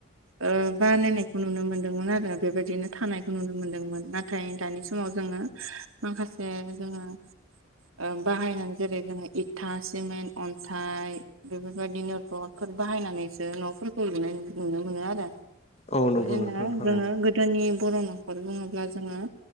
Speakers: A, on the right (about 85°); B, on the left (about 30°).
A: ओ बानायनायखौ नुनो मोन्दोंमोन आरो बेबायदिनो थानायखौ नुनो मोन्दोंमोन ना थाय दानि समाव जोङो माखासे जोङो ओ बाहायनान जेरै जोङो इथा सिमेन्ट अन्थाइ बेफोरबायदिनो रद फोर बाहायनानैसो न'फोरखौ लुनाय नु नुनो मोनो आरो
B: औ नंगौ
A: बिदिनो
B: नोंथां थारैनो
A: जोंङो गो दोनि बर' न'खर बुङोब्ला जोंङो